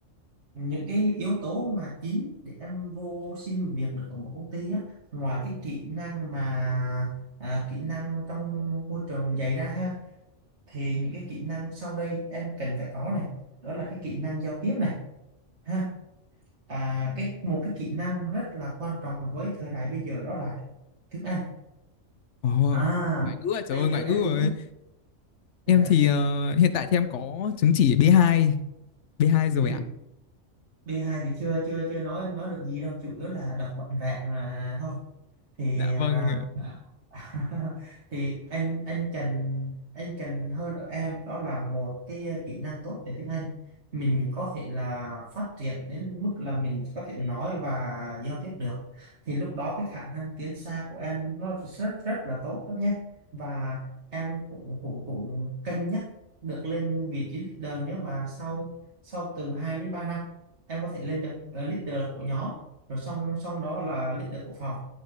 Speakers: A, on the right; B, on the left.
A: những cái yếu tố mà chính để em vô xin việc được ở một công ty á ngoài cái kỹ năng mà à, kỹ năng trong môi trường dạy ra ha thì những cái kỹ năng sau đây em cần phải có này đó là cái kỹ năng giao tiếp này ha à, cái một cái kỹ năng rất là quan trọng với thời đại bây giờ đó là tiếng Anh
B: Ồ,
A: à
B: ngoại ngữ à trời
A: bây
B: ơi
A: giờ
B: ngoại ngữ
A: em
B: rồi
A: muốn
B: em
A: <laughs>
B: thì ờ, hiện tại thì em có chứng chỉ b hai b hai rồi
A: ừ.
B: ạ
A: b hai thì chưa chưa chưa nói nói được gì đâu chủ yếu là đọc bản vẽ mà thôi thì
B: dạ
A: à,
B: vâng
A: <laughs> thì anh anh cần anh cần hơn ở em đó là một cái ờ, kỹ năng tốt về tiếng Anh mình có thể là phát triển đến mức là mình có thể nói và giao tiếp được thì lúc đó cái khả năng tiến xa của em nó rất rất là tốt đó nhé và em cũng cũng cũng cân nhắc được lên vị trí leader nếu mà sau sau từ 2 đến 3 năm em có thể lên được là leader của nhóm rồi xong xong đó là leader của phòng